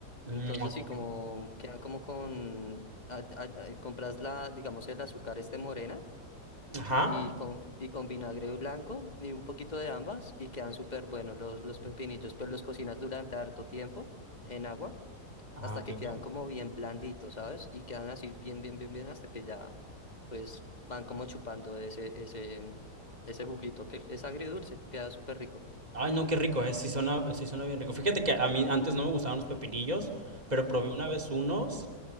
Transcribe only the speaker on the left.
Entonces
sí, como
quedan como con, a- a- a- compras la, digamos, el azúcar este morena
y con, y con vinagre blanco y un poquito de ambas y quedan súper buenos los, los pepinillos. Pues los cocinas durante harto tiempo en agua
hasta
que quedan
como bien blanditos, ¿sabes? Y quedan así bien, bien, bien, bien hasta que ya pues van como chupando ese, ese, ese juguito que es agridulce, queda súper rico.